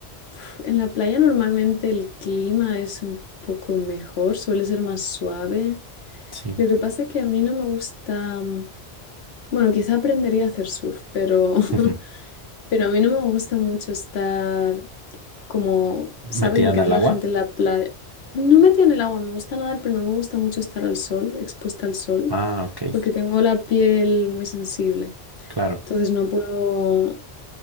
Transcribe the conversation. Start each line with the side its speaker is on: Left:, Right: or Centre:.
Left: pf, en la playa normalmente el clima es un poco mejor, suele ser más suave.
Right: sí.
Left: Lo que pasa es que a mí no me gusta, mm, bueno, quizá aprendería a hacer surf, pero
Right: <laughs>
Left: <laughs> Pero a mí no me gusta mucho estar como, ¿sabes
Right: ¿Metida
Left: lo
Right: en
Left: que hace
Right: el agua?
Left: la gente en la playa? No metida en el agua, me gusta nadar, pero no me gusta mucho estar al sol, expuesta al sol,
Right: Ah, ok,
Left: porque tengo la piel muy sensible.
Right: claro.
Left: Entonces no puedo,